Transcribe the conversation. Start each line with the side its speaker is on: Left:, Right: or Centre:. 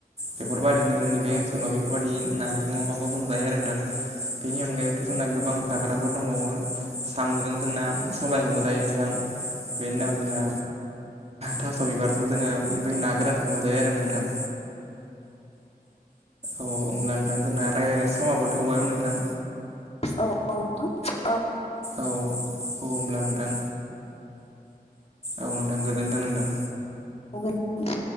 Right: बेफोरबायदिनो जोंनि बे ओनसोलाव बेफोरबायदि नारजि अमाखौ जों जायो आरो नोंथां बिनि अनगायैथ' जोंना गोबां जाग्राफोर दंबावो साम'जों जोंना सबायखौबो जायो नोंथां बेनि उनाव जोंना थास' बिबारजों जोङो बै ना गोरानखौबो जायो आरो नोंथां अ होमब्ला नोंथां जोंना रायलायनाय समाबो थौबायमोन नोंथां
Left: औ औ नोथां
Right: औ औ होमब्ला नोंथां औ नोंथां गोजोन्थ नोंथां
Left: <unintelligible>